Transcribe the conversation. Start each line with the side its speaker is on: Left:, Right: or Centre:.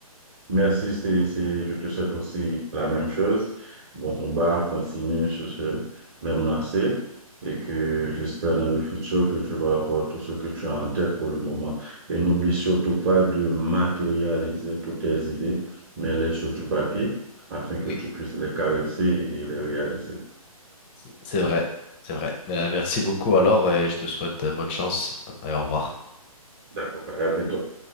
Right: Merci, c'est, c'est, je te souhaite aussi la même chose. Bon combat, continue sur ce même lancé et que j'espère dans le futur que tu vas avoir tout ce que tu as en tête pour le moment. Et n'oublie surtout pas de matérialiser toutes tes idées, mais les sur du papier afin
Left: Oui.
Right: que tu puisses les caresser et les réaliser.
Left: C'est c'est vrai, c'est vrai. Euh, merci beaucoup alors et je te souhaite euh, bonne chance et au revoir.
Right: D'accord, à bientôt.